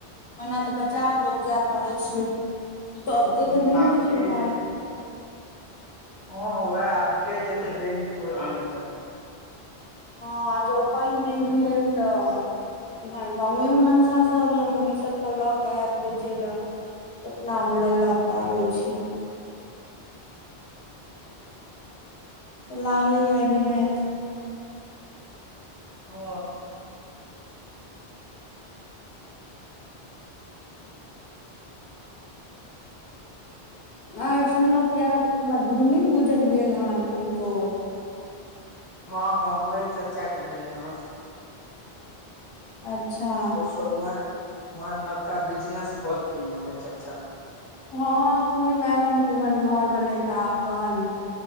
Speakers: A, on the left; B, on the left.
A: ओना तऽ बाजार लोग जाय पड़ै छैय। सभके
B: ह
A: तऽ नहि
B: आब
A: होइ छैय
B: के
A: बाजार
B: जे
A: गेल।
B: हँ वैह आब के जेतै बेनीपुर आने ला।
A: हँ जो पानि तानि भेल तऽ एम्हर गाँवेमे मनसासभ या मोगिसभ सभ लऽ कऽ आयत बेचय लए। <unintelligible> लऽ के
B: हूँ
A: आबै छैय। लागैए अय बेर हैत।
B: हँ
A: आइ सुनलहु कि यहाँ सबके उम्हर भूमि पूजन भेल हन किनको?
B: हँ हँ हमरे चचा के भेलय हन।
A: अच्छा
B: तऽ उम्हर उम्हर नबका बिजनेस खोलथीन हमर चचा।
A: हँ सुनय मे आयल हन के उम्हर घर बनेता अपन।